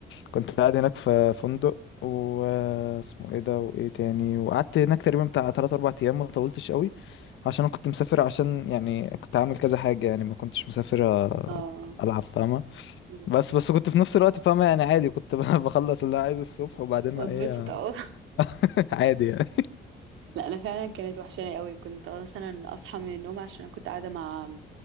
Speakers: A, on the left; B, on the right.
A: كنت قاعد هناك في فندق و آه، اسمه ايه ده وايه تاني وقعدت هناك تقريبا بتاع 3 4 ايام ما طولتش قوي عشان انا كنت مسافر عشان يعني كنت عامل كذا حاجة يعني ما كنتش مسافر آه،
B: <laughs> اه
A: العب فاهمة
B: مم.
A: بس بس كنت في نفس الوقت فاهمة يعني عادي كنت <laughs> بخلص اللي أنا عايزه الصبح وبعدين
B: واتبسط
A: ايه
B: اه <laughs>
A: <laughs> عادي يعني
B: لا أنا فعلا كانت وحشاني قوي كنت مثلا أصحى من النوم عشان أنا كنت قاعدة مع